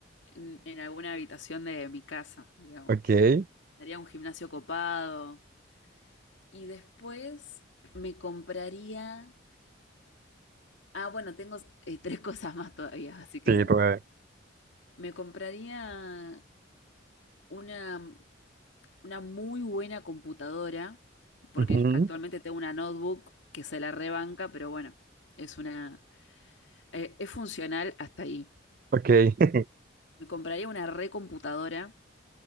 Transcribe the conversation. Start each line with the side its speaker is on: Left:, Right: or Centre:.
Left: en, en alguna habitación de mi casa, digamos.
Right: Ok. Sí,
Left: Me haría un gimnasio copado. Y después me compraría... Ah, bueno, tengo eh, <laughs> tres cosas más todavía, así que
Right: todavía.
Left: bien. Me compraría una, una muy buena computadora, porque
Right: Ujú.
Left: actualmente tengo una notebook que se la rebanca, pero bueno, es una... eh, es funcional hasta ahí.
Right: Ok. <laughs>
Left: Me compraría una recomputadora